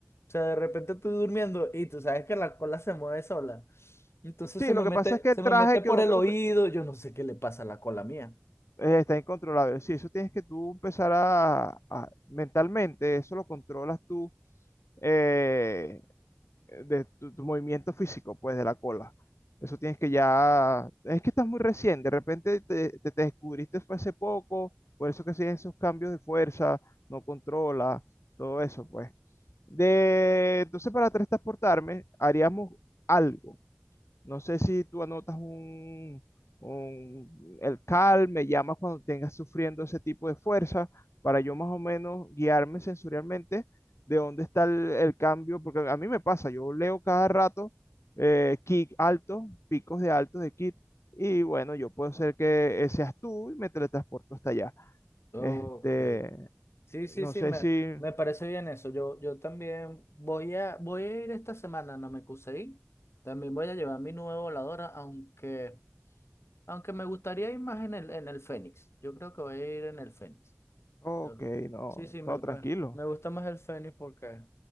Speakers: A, on the left (about 70°); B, on the left (about 85°).
A: O sea, de repente estoy durmiendo y tú sabes que la cola se mueve sola. Entonces
B: Sí,
A: se me
B: lo
A: mete,
B: que pasa es que
A: se
B: el
A: me
B: traje
A: mete por
B: que nosotros,
A: el oído, yo no sé qué le pasa a la cola mía.
B: eh, está incontrolable. Sí, eso tienes que tú empezar a, a- mentalmente, eso lo controlas tú eh, de tu, tu movimiento físico, pues de la cola. Eso tienes que ya, es que estás muy recién, de repente te, te- te descubriste fue hace poco, por eso que siguen esos cambios de fuerza, no controla, todo eso, pues. De, entonces para transportarme haríamos algo. No sé si tú anotas un, un- el CAL, me llamas cuando tengas sufriendo ese tipo de fuerza, para yo más o menos guiarme sensorialmente de dónde está el, el cambio, porque a mí me pasa, yo leo cada rato eh, kick alto, picos de altos de kick, y bueno, yo puedo ser que eh, seas tú y me teletransporto hasta allá.
A: Ok.
B: Este,
A: Sí, sí,
B: no
A: sí,
B: sé
A: me,
B: si...
A: me parece bien eso. Yo, yo también voy a, voy a ir esta semana a Namekusei. También voy a llevar mi nueva voladora, aunque, aunque me gustaría ir más en el, en el Fénix. Yo creo que voy a ir en el Fénix.
B: Ok,
A: Yo-
B: no,
A: sí, sí, me,
B: no,
A: me,
B: tranquilo.
A: me gusta más el Fénix porque